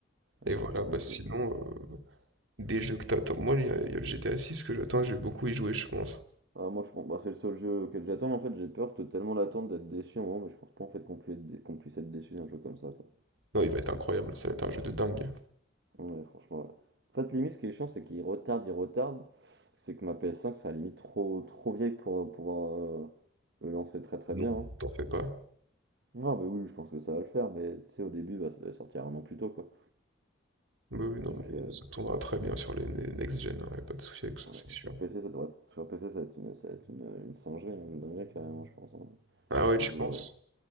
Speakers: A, on the right; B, on the right.
A: Mais
B: Et voilà,
A: bon, ok.
B: bah sinon, euh, des jeux que t'attends. Moi, il y, a il y a le GTA 6 que j'attends, je vais beaucoup y jouer, je pense.
A: Ah, moi je pense, bah, c'est le seul jeu auquel j'attends, en fait j'ai peur de tellement l'attendre d'être déçu, en moment, mais je pense pas en fait qu'on puisse être, dé- qu'on puisse être déçu d'un jeu comme ça, quoi.
B: Non, il va être incroyable, ça va être un jeu de dingue.
A: Ouais, franchement. ouais. En fait, limite, ce qui est chiant, c'est qu'il retarde il retarde C'est que ma PS5, ça limite trop, trop vieille pour euh, pouvoir euh, le lancer très très
B: Non.
A: bien. hein.
B: T'en fais pas.
A: Non, mais oui, je pense que ça va le faire, mais tu sais, au début, bah, ça devait sortir un an plus tôt, quoi.
B: Oui, oui, non,
A: Donc,
B: mais
A: euh,
B: ça tournera très bien sur les ne- next-gen, hein, y a pas de souci avec ça,
A: ouais,
B: c'est sûr.
A: sur PC, ça devrait être, sur PC, ça va être une, ça va être une, une singerie, une dinguerie, carrément, je pense. hein.
B: Ah ouais,
A: Niveau,
B: tu penses?
A: euh,